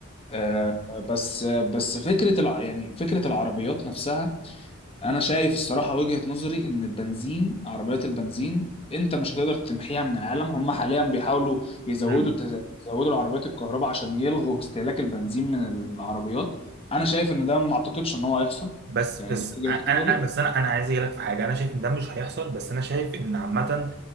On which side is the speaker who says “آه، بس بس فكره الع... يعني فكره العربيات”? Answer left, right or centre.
Left